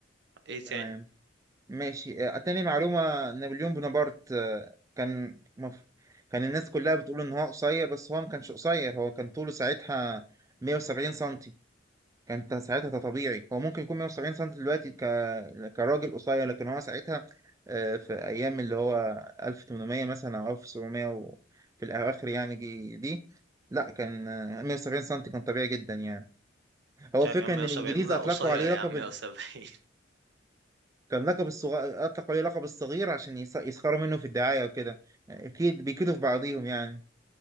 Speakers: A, on the right (about 65°); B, on the right (about 15°).
A: ايه تاني
B: تمام ماشي آه، تاني معلومة نابليون بونابرت آه، كان مف... كان الناس كلها بتقول إن هو قصير بس هو ما كانش قصير هو كان طوله ساعتها 170 سنتي كان ت- ساعتها ده طبيعي هو ممكن يكون 170 سنتي دلوقتي ك... كراجل قصير لكن هو ساعتها آه، في أيام اللي هو 1800 مثلا أو 1700 و... في الأواخر يعني جي- دي لا كان آه، 170 سنتي كان طبيعي جدا يعني هو
A: مش عارف
B: فكرة
A: يا عم
B: إن
A: 170
B: الإنجليز
A: لا
B: أطلقوا
A: قصير
B: عليه
A: يا
B: لقب
A: عم 170
B: كان لقب الصغير أطلقوا عليه لقب الصغير عشان يس- يسخروا منه في الدعاية وكده أكيد بيكيدوا في بعضيهم يعني